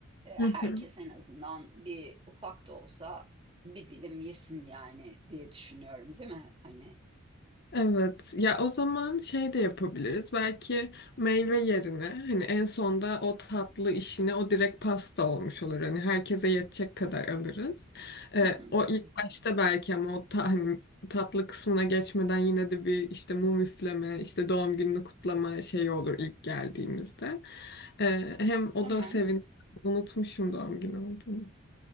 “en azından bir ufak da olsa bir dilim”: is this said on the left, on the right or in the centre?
Right